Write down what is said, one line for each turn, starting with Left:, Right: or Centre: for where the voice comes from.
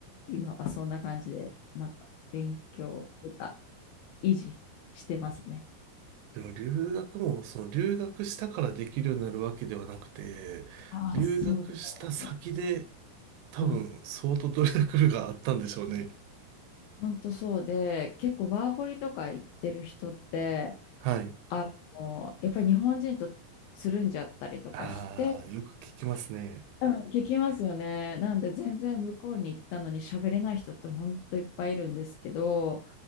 Left: 今はそんな感じでまた勉強とか維持してますね。
Right: でも留学も、その留学したからできるようになるわけではなくて、
Left: ああ、
Right: 留学した先で
Left: そうですね。
Right: 多分相当努力があったんでしょうね。
Left: うん。本当そうで、結構ワーホリとか行ってる人って、
Right: はい。
Left: あの、やっぱり日本人とつるんじゃったりとかして、
Right: ああ、よく聞きますね。
Left: うん。聞きますよね。なんで全然向こうに行ったのに喋れない人って本当いっぱいいるんですけど、